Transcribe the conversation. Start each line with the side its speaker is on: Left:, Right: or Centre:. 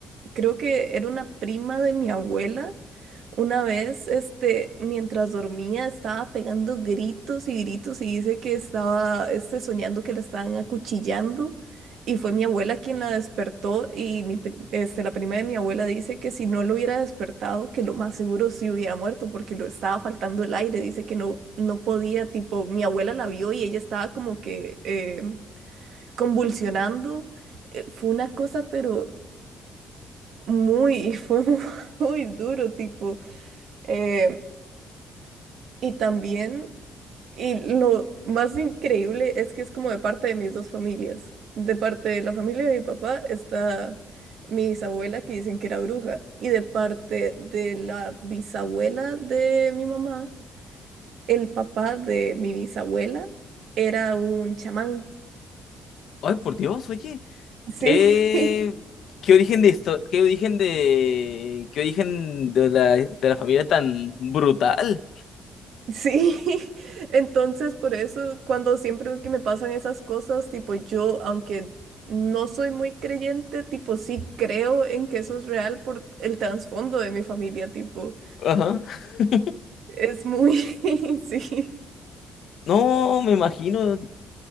Right: creo que era una prima de mi abuela. Una vez, este, mientras dormía, estaba pegando gritos y gritos y dice que estaba, este, soñando que la estaban acuchillando. Y fue mi abuela quien la despertó y mi, pri- este, la prima de mi abuela dice que si no lo hubiera despertado, que lo más seguro sí hubiera muerto porque lo estaba faltando el aire. Dice que no, no podía, tipo, mi abuela la vio y ella estaba como que eh, convulsionando. Eh, Fue una cosa, pero muy, <laughs> y fue mu- <laughs> muy, duro, tipo, eh, y también, y lo más increíble es que es como de parte de mis dos familias, de parte de la familia de mi papá está mi bisabuela que dicen que era bruja, y de parte de la bisabuela de mi mamá, el papá de mi bisabuela era un chamán,
Left: Ay, por Dios, oye,
Right: sí.
Left: qué
Right: <laughs>
Left: ¿Qué origen de esto? ¿Qué origen de qué origen de la, de la familia tan brutal?
Right: Sí, <laughs> entonces por eso cuando siempre que me pasan esas cosas, tipo yo, aunque no soy muy creyente, tipo sí creo en que eso es real por el trasfondo de mi familia, tipo,
Left: Ajá. <laughs>
Right: es muy, <laughs> sí,
Left: No, me imagino.